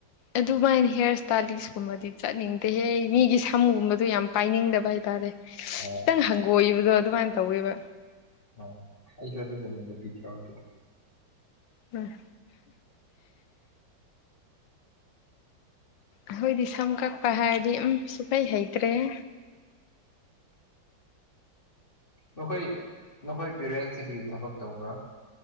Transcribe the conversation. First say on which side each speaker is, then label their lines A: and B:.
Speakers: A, on the left; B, on the left.
A: ꯑꯗꯨꯃꯥꯏꯅ ꯍꯤꯌꯥꯔ ꯏꯁꯇꯥꯏꯂꯤꯁꯀꯨꯝꯕꯗꯤ ꯆꯠꯅꯤꯡꯗꯦꯍꯦ ꯃꯤꯒꯤ ꯁꯝꯒꯨꯝꯕꯗꯣ ꯌꯥꯝꯅ ꯄꯥꯏꯅꯤꯡꯗꯕ ꯍꯥꯏꯇꯥꯔꯦ
B: ꯑꯣ
A: ꯈꯤꯇꯪ ꯍꯪꯒꯣꯏꯕꯗꯣ ꯑꯗꯨꯃꯥꯏꯅ ꯇꯧꯋꯦꯕ
B: ꯑꯣ ꯑꯩꯁꯨ ꯑꯗꯨꯒꯨꯝꯕꯗꯨꯗꯤ <unintelligible>
A: ꯎꯝ ꯑꯩꯈꯣꯏꯗꯤ ꯁꯝ ꯀꯛꯄ ꯍꯥꯏꯔꯗꯤ ꯑꯝ ꯁꯨꯛꯍꯩ ꯍꯩꯇ꯭ꯔꯦꯍꯦ
B: ꯅꯈꯣꯏ ꯅꯈꯣꯏ ꯄꯦꯔꯦꯟꯁ ꯗꯤ ꯀꯥꯔꯤ ꯊꯕꯛ ꯇꯧꯕ꯭ꯔꯥ